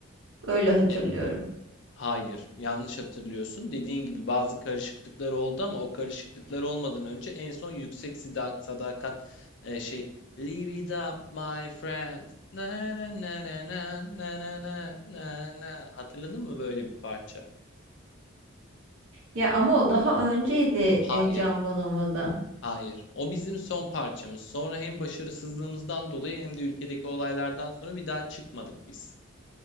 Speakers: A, on the right (about 70°); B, on the left (about 60°).
A: Öyle hatırlıyorum.
B: Evet. Hayır, yanlış hatırlıyorsun. Dediğin gibi bazı karışıklıklar oldu ama o karışıklıklar olmadan önce en son yüksek sida- sadakat e, şey Live it up my friend. Na na na na na na na na na na. Hatırladın mı böyle bir parça?
A: Ya ama o daha önceydi
B: Hayır,
A: e, Can Bonomo'da.
B: hayır. O bizim son parçamız. Sonra hem başarısızlığımızdan dolayı hem de ülkedeki olaylardan sonra bir daha çıkmadık biz.